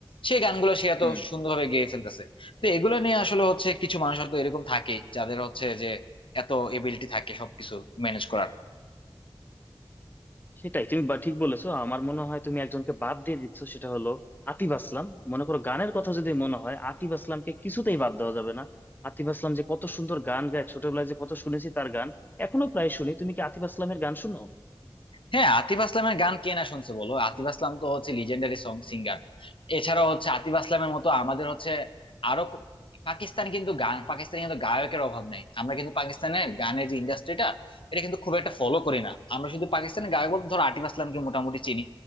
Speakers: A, on the left (about 80°); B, on the left (about 20°).
A: সেই গানগুলো সে এত
B: হুম
A: সুন্দরভাবে গেয়ে ফেলতেছে তো এগুলো নিয়ে আসলে হচ্ছে কিছু মানুষ হয়তো এরকম থাকে যাদের হচ্ছে যে এত এবিলিটি থাকে সবকিছু ম্যানেজ করার
B: সেটাই তুমি বা- ঠিক বলেছো আমার মনে হয় তুমি একজনকে বাদ দিয়ে দিচ্ছ সেটা হলো আতিফ আসলাম মনে করো গানের কথা যদি মনে হয় আতিফ আসলামকে কিছুতেই বাদ দেওয়া যাবে না আতিফ আসলাম যে কত সুন্দর গান গায় ছোটবেলায় যে কত শুনেছি তার গান এখনো প্রায় শুনি তুমি কি আতিফ আসলামের গান শুনো
A: হ্যাঁ আতিফ আসলামের গান কে না শুনছে বলো আতিফ আসলাম তো হচ্ছে লিজেন্ডারি সং সিঙ্গার এছাড়া হচ্ছে আতিফ আসলামের মতো আমাদের হচ্ছে আরো ক- পাকিস্তান কিন্তু গান পাকিস্তানে কিন্তু গায়কের অভাব নাই আমরা কিন্তু পাকিস্তানের গানের যে ইন্ডাস্ট্রিটা এটা কিন্তু খুব একটা ফলো করি না আমরা শুধু পাকিস্তানের গায়ক বলতে ধরো আতিফ আসলামকে মোটামুটি চিনি